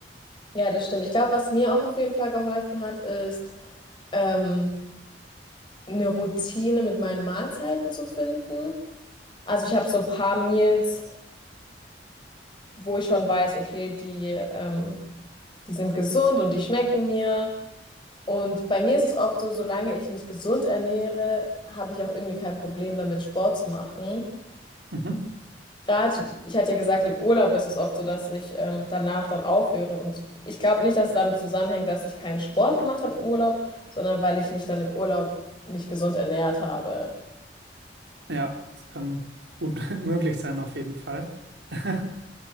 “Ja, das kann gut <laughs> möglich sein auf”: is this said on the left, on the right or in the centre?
Right